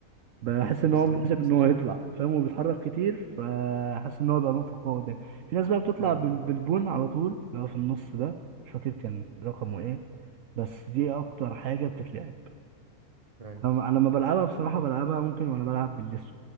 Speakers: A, on the right (about 70°); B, on the right (about 25°).
A: بحس ان
B: بالظبط
A: هو مناسب ان هو يطلع فاهم وبيتحرك كتير فحاسس ان هو يبقى نقطة قوة قدام في ناس بقى بتطلع
B: امم
A: بال- بالبون على طول اللي هو في النص ده مش فاكر كان رقمه ايه بس دي اكتر حاجة بتتلعب
B: ايوه
A: انا انا لما بلعبها بصراحة بلعبها ممكن وانا بلعب باللسو